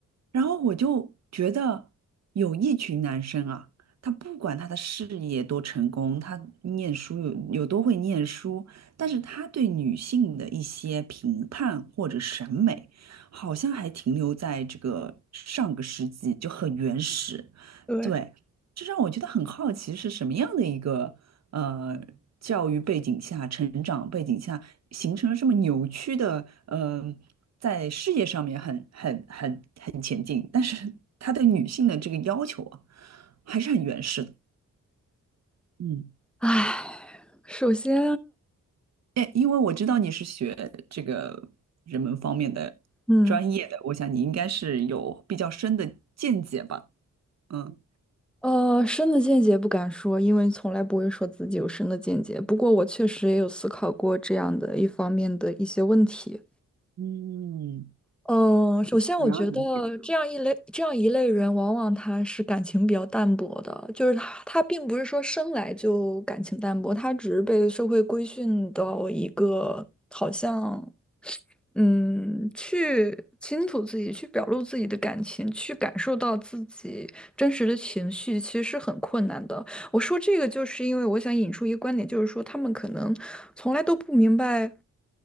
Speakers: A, on the right; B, in the centre.
A: 然后我就觉得有一群男生啊，他不管他的事业多成功，他念书有有多会念书，但是他对女性的一些评判或者审美，好像还停留在这个上个世纪，就很原始。
B: 对，
A: 对，这让我觉得很好奇，是什么样的一个。呃教育背景下、成长背景下，形成了这么扭曲的，呃，在事业上面很很很很前进，但是他对女性的这个要求啊，还是很原始的。嗯，
B: 唉，首先，
A: 哎，因为我知道你是学这个人文方面的专业的，
B: 嗯。
A: 我想你应该是有比较深的见解吧？嗯。
B: 呃，深的见解不敢说，因为从来不会说自己有深的见解。不过我确实也有思考过这样的一方面的一些问题。
A: 嗯，
B: 嗯，首先我觉得这样一类这样一类人，
A: 然后你觉得
B: 往往他是感情比较淡薄的，就是他他并不是说生来就感情淡薄，他只是被社会规训到一个好像。嗯，去清楚自己，去表露自己的感情，去感受到自己真实的情绪，其实是很困难的。我说这个，就是因为我想引出一个观点，就是说他们可能从来都不明白